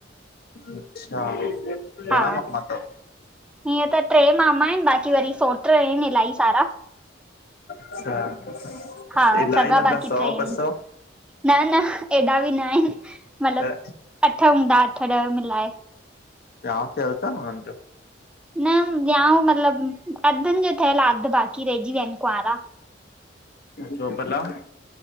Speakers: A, on the left (about 55°); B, in the centre.
A: अच्छा। घणा
B: हा
A: मामा अथव?
B: हीअं त ट्रे मामा आहिन बाक़ी वरी सो। ट्र हिन इलाई सारा।
A: अच्छा ते
B: हा
A: इलाही
B: सॻा
A: मतलब
B: बाक़ी
A: सौ
B: टे आहिन
A: ॿ सौ
B: न - न एॾा बि न आहिन मतलब
A: त
B: अठ हूंदा अठ ॾह मिलाए।
A: वियाांह उथे हलल ता हुनन जो?
B: न वियाांहू मतलब अधन जो ठहियल हा अध बाक़ी रहंजी विया आहिन कुंवारा।
A: छो बलां।